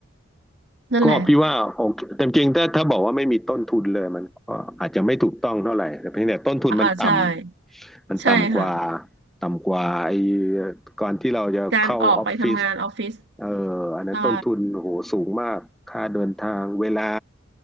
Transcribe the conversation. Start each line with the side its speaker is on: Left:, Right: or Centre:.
Right: นั่นแหละ
Centre: ก็พี่ว่าโอเคแต่จริงๆถ้าถ้าบอกว่าไม่มีต้นทุนเลยมันก็อาจจะไม่ถูกต้องเท่าไหร่แต่เพียงแต่ต้นทุนมันต่ำมันต่ำกว่า
Right: อ่าใช่ใช่ค่ะ
Centre: ต่ำกว่าไอ้ก่อนที่เราจะเข้าออฟฟิศ
Right: การออกไปทำงานออฟฟิศ
Centre: เอ่ออันนั้นต้นทุนโอ้โหสูงมากค่าเดินทางเวลา
Right: ใช่